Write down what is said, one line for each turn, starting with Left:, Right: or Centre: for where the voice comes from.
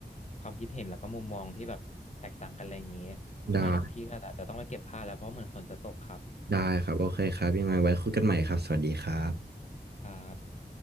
Left: ความคิดเห็นแล้วก็มุมมองที่แบบแตกต่างกันอะไรอย่างเงี้ยไงเดี๋ยวพี่ก็อาจจะต้องไปเก็บผ้าแล้วเพราะเหมือนฝนจะตกครับ
Right: ได้ได้ครับโอเคครับยังไงไว้คุยกันใหม่ครับสวัสดีครับ
Left: ครับ